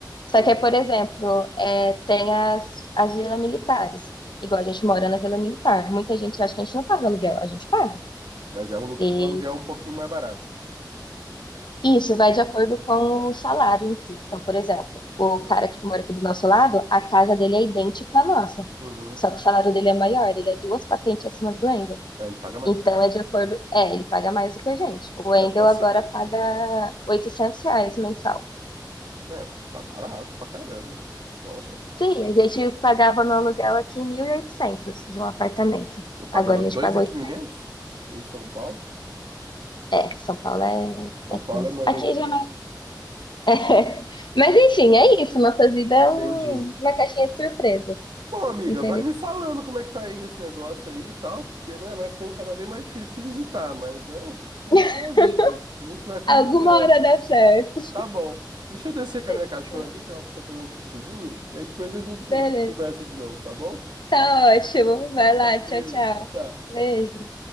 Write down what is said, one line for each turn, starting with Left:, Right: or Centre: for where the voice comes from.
Left: Só
Right: Hum.
Left: que, é, por exemplo, é, tem as, as vilas militares. Igual a gente mora na vila militar. Muita gente acha que a gente não paga aluguel, a gente paga.
Right: Mas é um, alugue-
Left: E
Right: um aluguel um pouquinho mais barato.
Left: isso vai de acordo com o salário em si. Então, por exemplo, o
Right: Hum.
Left: cara que mora aqui do nosso lado, a casa dele é idêntica à nossa.
Right: Uhum.
Left: Só que o salário dele é maior, ele é duas patentes acima do Wendel.
Right: Aí ele paga mais.
Left: Então, é de acordo. É, ele paga mais do que a gente. O Wendel
Right: Ah, tá certo.
Left: agora paga 800 reais mensal.
Right: né tá barato pra caramba. Nossa,
Left: Sim, a gente pagava no aluguel aqui 1.800 de um apartamento.
Right: eu pagava
Left: Agora a
Right: dois
Left: gente pagou
Right: mil e
Left: 800.
Right: quinhentos em São Paulo.
Left: É, São Paulo é,
Right: São
Left: é
Right: Paulo
Left: tenso.
Right: é moedor
Left: Aqui
Right: de cara.
Left: já é mais... <laughs> É. Mas enfim, é isso. Nossa vida é
Right: Entendi.
Left: um- uma caixinha de surpresas.
Right: Bom, amiga,
Left: Infelizmente.
Right: vai me falando como é que tá aí nesse negócio aí e tal, porque, né, vai ficando cada vez mais difícil te visitar, mas, né, essa
Left: <laughs>
Right: é a vida. A gente vai combinando.
Left: Alguma hora dá certo.
Right: Tá bom. Deixa eu descer com a minha cachorra
Left: <laughs>
Right: aqui, que ela precisa fazer um xixizinho, e aí depois a gente
Left: Beleza.
Right: conversa de novo, tá bom?
Left: Tá ótimo.
Right: <laughs> Então
Left: Vai
Right: tá,
Left: lá.
Right: beijo,
Left: Tchau, tchau.
Right: tchau.
Left: Beijo.